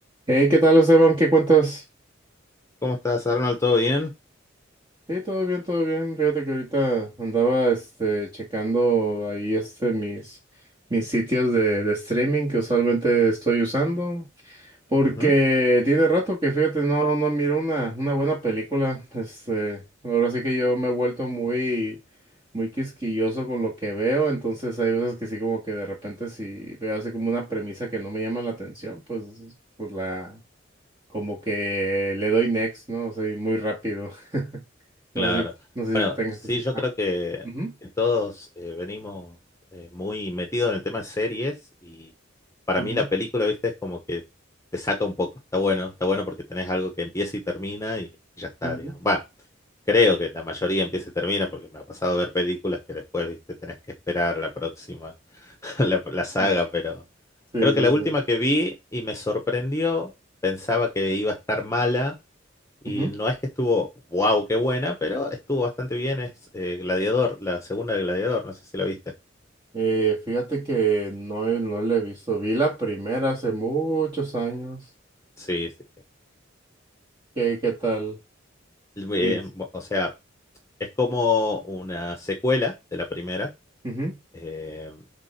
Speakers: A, on the right; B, on the left.
A: Hey, ¿qué tal, Esteban? ¿Qué cuentas?
B: ¿Cómo estás, Arnold? ¿Todo bien?
A: Sí, todo bien, todo bien. Fíjate que ahorita andaba este checando ahí este mis mis sitios de, de streaming que usualmente estoy usando. Porque
B: Ujú.
A: tiene rato que fíjate, no, no miro una, una buena película. Este, ahora sí que yo me he vuelto muy, muy quisquilloso con lo que veo. Entonces hay veces que sí, como que de repente si veo así como una premisa que no me llama la atención, pues, pues la como que le doy next, ¿no? Soy muy rápido. <laughs> No
B: Claro.
A: sé si, no sé
B: Bueno,
A: si tú tengas
B: sí,
A: ese.
B: yo
A: Ah,
B: creo que,
A: ujú,
B: que todos eh, venimos eh, muy metidos en el tema de series y para
A: ujú,
B: mí la película, viste, es como que te saca un poco. Está bueno, está bueno porque tenés algo que empieza y termina y ya está,
A: ujú,
B: digamos. Va, creo que la mayoría empieza y termina porque me ha pasado ver películas que después, viste, tenés que esperar la próxima, <laughs> la, la saga,
A: ujú.
B: pero
A: Sí,
B: creo
A: sí,
B: que la última
A: sí.
B: que vi y me sorprendió, pensaba que iba a estar mala. Y
A: Ujú.
B: no es que estuvo, wow, qué buena, pero estuvo bastante bien. Es eh, Gladiador, la segunda de Gladiador, no sé si la viste.
A: Eh, fíjate que no, he- no la he visto. Vi la primera hace muchos años.
B: Sí, sí, sí.
A: ¿Qué, qué tal?
B: eh,
A: Sí.
B: bo- o sea, es como una secuela de la primera.
A: Ujú,
B: Eh,